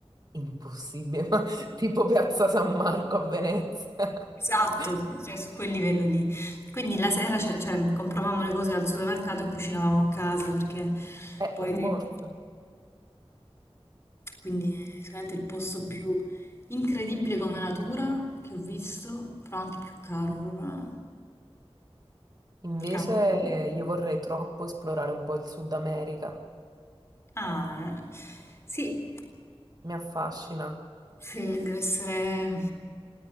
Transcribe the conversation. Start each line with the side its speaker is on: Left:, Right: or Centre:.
Right: Impossibile, <laughs> ma tipo Piazza San Marco a Venezia.
Left: Esatto,
Right: <laughs>
Left: cioè su quel livello lì. Quindi la sera ce- cioè, compravamo le cose al supermercato e cucinavamo a casa perché
Right: Eh,
Left: poi...
Right: per
Left: Mm. dei-
Right: forza.
Left: Quindi è sicuramente il posto più incredibile come natura che ho visto, però anche più caro, proprio
Right: Invece
Left: caro.
Right: eh, io vorrei troppo esplorare un po' il Sud America.
Left: Ah, eh. Sì,
Right: Mi affascina.
Left: sì, deve essere